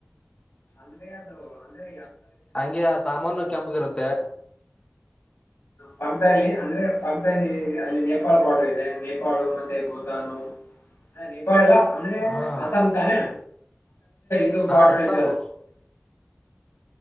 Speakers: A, on the left; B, on the left.
A: ಅಂದ್ರೆ ಅದು ಅ್ರೆ
B: ಹಂಗೆ ಆ ಸಾಮಾನು ಕೆಂಪಗಿರುತ್ತೆ
A: ಪಾಗ್ದಾಲಿ ಅಂದ್ರೆ ಪಾಗ್ದಾಲಿ ಅಲ್ಲಿ ನೇಪಾಳ್ ಬಾರ್ಡರ್ ಇದೆ ನೇಪಾಳ ಮತ್ತೆ ಭೂತಾನು ಹ ನೇಪಾಳ ಎಲ್ಲ ಅಂದ್ರೆ
B: ಹಾ
A: ಅಸ್ಸಾಂ ತಾನೆ ದು
B: ಹಾ
A: ಪಾರ್
B: ಅಸ್ಸಾಮು
A: ಇ